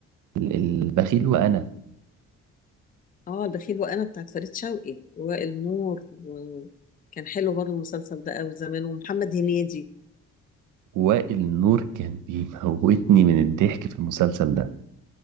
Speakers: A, on the right; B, on the left.
A: ال- البخيل وأنا
B: اه البخيل وانا بتاعت فريد شوقي وائل نور وكان حلو برضه المسلسل ده قوي زمان ومحمد هنيدي
A: وائل نور كان بيموتني من الضحك في المسلسل ده